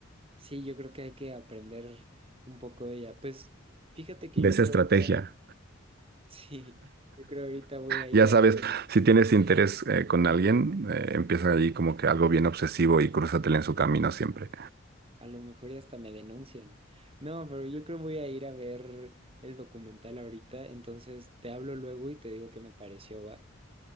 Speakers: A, on the right; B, on the right.
A: Sí, yo creo que hay que aprender un poco de ella. Pues fíjate que
B: de
A: yo
B: esa
A: creo
B: estrategia.
A: ahorita, <laughs> sí, yo creo ahorita voy a ir
B: Ya
A: a
B: sabes,
A: ver,
B: si tienes interés eh, con alguien, eh, empieza allí como que algo bien obsesivo y crúzatele en su camino siempre.
A: a lo mejor ya hasta me denuncian. No, pero yo creo voy a ir a ver el documental ahorita, entonces te hablo luego y te digo qué me pareció, va.